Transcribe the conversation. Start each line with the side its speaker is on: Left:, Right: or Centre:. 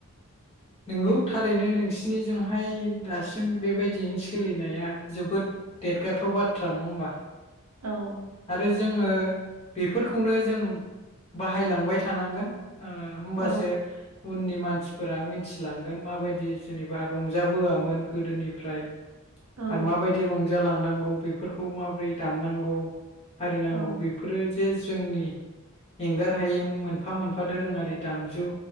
Left: नंगौ थारैनो नोंसिनिजोंहाय दासिम बेबायदियैनो सोलिनाया जोबोद देरगाथाव बाथ्रा नङा होमबा?
Right: औ
Left: आरो जोङो बेफोरखौनो जों बाहायलांबाय थानांगोन ओ
Right: औ
Left: से उननि मानसिफोरा मिथिलांगोन माबायदि जेनेबा रंजाबोआमोन गोदोनिफ्राय।
Right: औ
Left: आरो माबायदि रं जालांनांगौ बेफोरखौ माबोरै दामनांगौ आरि नांगौ
Right: औ
Left: बेफोरो यो जोंनि एंगार हायै मोनफा मोनफा दोरोङारि दामजु। जु